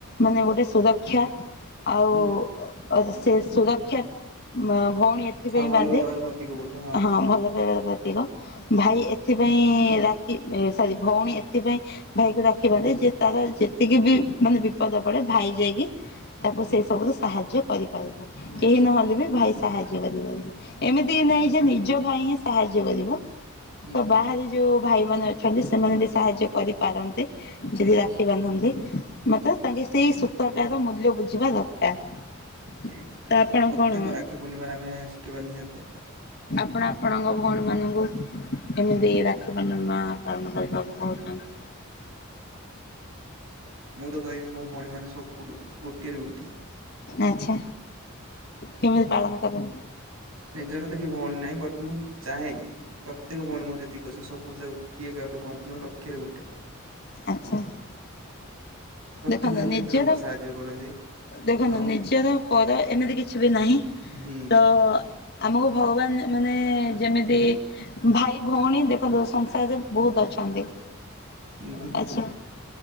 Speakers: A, on the left; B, on the right.
A: ମାନେ ଗୋଟେ ସୁରକ୍ଷା ଆଉ
B: ହୁଁ
A: ସେ ସୁୁରକ୍ଷା ଭଉଣୀ ସେଥିପାଇଁ
B: ଆଉ ଭଲ
A: ବାନ୍ଧେ
B: ପାଇବାର ପ୍ରତୀକ ଗୋଟେ
A: ହଁ
B: ଠିକ ଠିକ
A: ଭଲ ପାଇବା। ଭାଇ ଏଥିପାଇଁ ରାକ୍ଷୀ ସରି ଭଉଣୀ ଏଥିପାଇଁ ଭାଇକୁ ରାଖି ବାନ୍ଧେ ଯେ ତାର ଯେତିକି ବି ମାନେ ବିପଦ ପଡେ ଭାଇ ଯାଇକି ତାକୁ ସେଇ ସବୁର ସାହାଯ୍ୟ କରିପାରିବ
B: ନିଶ୍ଚୟ
A: କେହି ନହେଲେ
B: ନିଶ୍ଚୟ।
A: ବି ଭାଇ ସାହାଯ୍ୟ ଏମିତି କି ନାଇଁ ଯେ ନିଜ ଭାଇ ହିଁ ସାହାଯ୍ୟ କରିବ
B: ହୁଁ
A: ତ
B: ହୁଁ
A: ବାହା ଯୋଉ ଭାଇ ମାନ ଅଛନ୍ତି ସେମାନେ ବି ସାହାଯ୍ୟ କରିପାରନ୍ତି ଯଦି ରାଖି
B: ଠିକ
A: ପାରୁନାହାନ୍ତି। ମତେ ତାଙ୍କେ ସେଇ ସୂତାଟାର ମୂଲ୍ୟ ବୁଝିବା ଦରକାର।
B: ପ୍ରତ୍ୟେକ
A: ତ ଆପଣ କଣ
B: ରାକ୍ଷୀ ପୂର୍ଣିମାରେ ଆମେ ଶିଖିବା ନିହାତି ଦରକାର।
A: ଆପଣ ଆପଣଙ୍କ ଭଉଣୀମାନଙ୍କୁ କେମିତି ରାକ୍ଷୀମାନ ପାଳନ କରିବାକୁ କହୁଛନ୍ତି।
B: ମୁଁ ତ କହିବି ମୋ ଭଉଣୀ ମାନେ ସବୁଠୁ କୋଟିଏରେ ଗୋଟିଏ
A: ଆଛା କେମିତି ପାଳନ କରନ୍ତି।
B: ନିଜର ତ କି ଭଉଣୀ ନାହିଁ ବଟ୍ ମୁଁ ଚାହେଁ ପ୍ରତ୍ୟେକ ଭଉଣୀ ମ ଯେତିକି ଅଛନ୍ତି ସବୁ ଯ କିଏ କାହାଠୁ କମ ନୁହ ଲକ୍ଷ୍ୟରେ ଗୋଟେ।
A: ଆଚ୍ଛା।
B: ପ୍ରତ୍ୟେକ
A: ଦେଖନ୍ତୁ ନିଜର।
B: କ୍ଷେତ୍ରରେ ମୋତେ ସାହାଯ୍ୟ କରନ୍ତି
A: ଦେଖନ୍ତୁ
B: ଆଉ
A: ନିଜର ପର ଏମିତି କିଛି ବି ନାହିଁ
B: ହୁଁ
A: ତ। ଆମକୁ ଭଗବାନ ମାନେ ଯେମିତି। ଭାଇ ଭଉଣୀ ଦେଖନ୍ତୁ ସଂସାରରେ ବହୁତ ଅଛନ୍ତି।
B: ଉଁ ହୁଁ
A: ଆଚ୍ଛା।